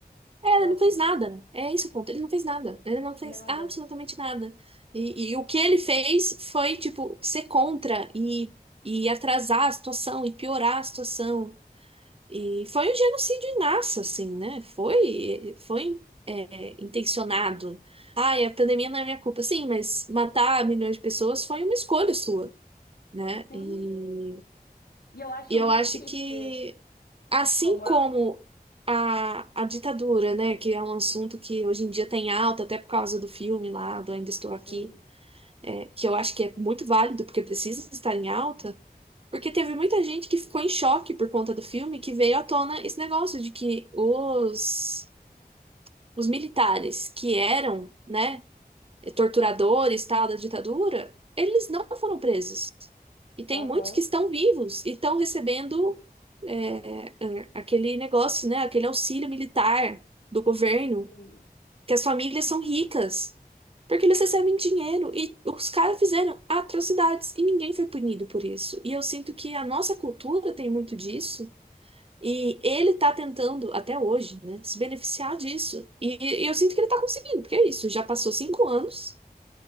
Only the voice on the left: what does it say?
nossa,
nada.
Sim.
E eu acho
muito
triste
como
a,
sim,
aham,
sim,